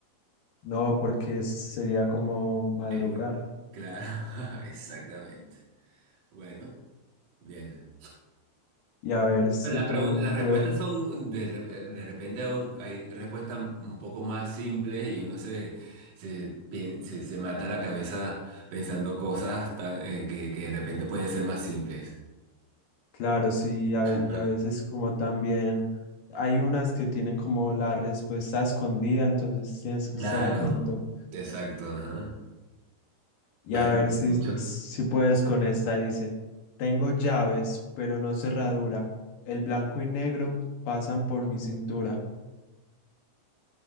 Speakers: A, on the left (about 65°); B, on the right (about 45°).
A: No, porque sería como madrugar
B: Es muy... Claro, <laughs> exactamente. Bueno, bien.
A: y a ver si
B: Pero Las
A: tú
B: pregun- las respuestas
A: puedes,
B: son de, re- de repente un- hay respuestas un poco más simples y uno se, se, pien- se, se mata la cabeza pensando cosas tan, eh, que, que de repente pueden ser más simples.
A: claro, sí, a- y
B: Ajá.
A: a veces como también hay unas que tienen como la respuesta escondida, entonces tienes que
B: Claro,
A: estar atento
B: exacto. ajá.
A: y
B: Bueno,
A: a ver
B: te escucho.
A: si, si puedes con esta, dice, tengo llaves, pero no cerradura, el blanco y negro pasan por mi cintura.